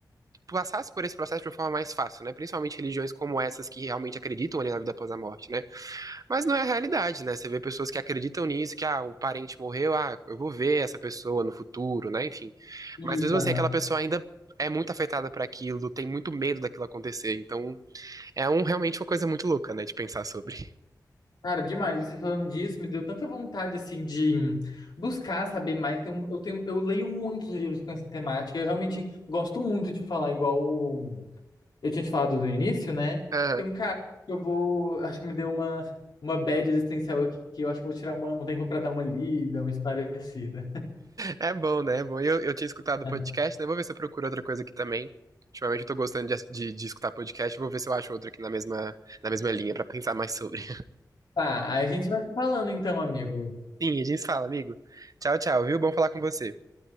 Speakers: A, on the right; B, on the left.
A: passasse por esse processo de uma forma mais fácil, né? Principalmente religiões como essas que realmente acreditam ali na vida após a morte, né? Mas não é a realidade, né? Você vê pessoas que acreditam nisso, que ah, um parente morreu, ah, eu vou ver essa pessoa no futuro, né? Enfim.
B: Isso,
A: Mas mesmo
B: aham.
A: assim, aquela pessoa ainda é muito afetada por aquilo, tem muito medo daquilo acontecer. Então, é um realmente uma coisa muito louca, né, de pensar sobre.
B: Cara, demais. Você falando disso me deu tanta vontade, assim, de buscar saber mais. Tem um- eu tenho, eu leio muitos livros com essa temática. Eu realmente gosto muito de falar igual Eu tinha te falado no início, né?
A: <laughs> Aham.
B: Tem um cara que eu vou. Acho que me deu uma, uma bad existencial aqui, que eu acho que eu vou tirar uma- um tempo pra dar uma lida, uma esparecida.
A: É bom, né? É bom. Eu, eu tinha escutado
B: <laughs>
A: o podcast, né? Vou ver se eu procuro outra coisa aqui também. Ultimamente eu tô gostando de, ass- de, de escutar podcast, vou ver se eu acho outro aqui na mesma, na mesma linha pra pensar mais sobre. <laughs>
B: Tá, aí a gente vai se falando então, amigo.
A: Sim, a gente se fala, amigo. Tchau, tchau, viu? Bom falar com você.